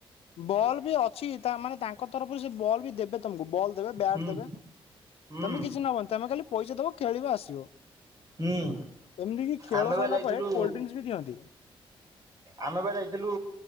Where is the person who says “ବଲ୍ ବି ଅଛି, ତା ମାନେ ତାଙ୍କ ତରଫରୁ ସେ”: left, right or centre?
Left